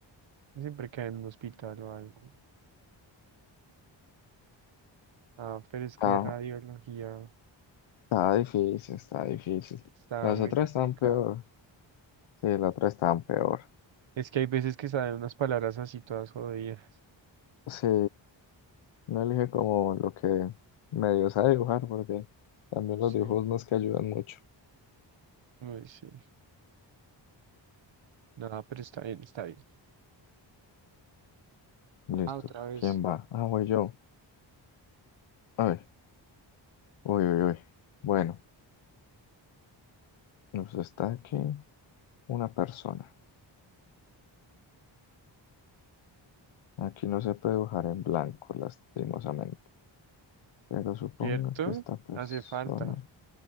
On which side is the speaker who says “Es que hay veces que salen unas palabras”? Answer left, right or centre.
Right